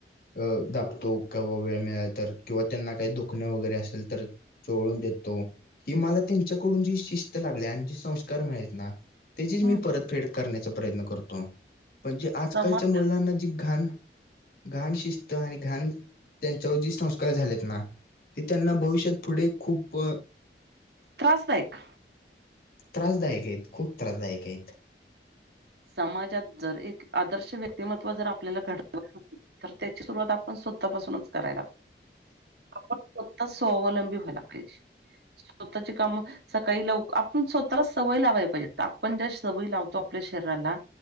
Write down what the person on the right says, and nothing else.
हम्म
समाज
त्रासदायक
समाजात जर एक आदर्श व्यक्तिमत्व जर आपल्याला घड तर त्याची सुरुवात आपण स्वतःपासूनच करायला आपण स्वतः स्वावलंबी व्हायला पाहिजे. स्वतःची कामं सकाळी लाव आपण स्वतःला सवय लावाय पाहिजे आपण ज्या सवय लावतो आप आपल्या शरीराला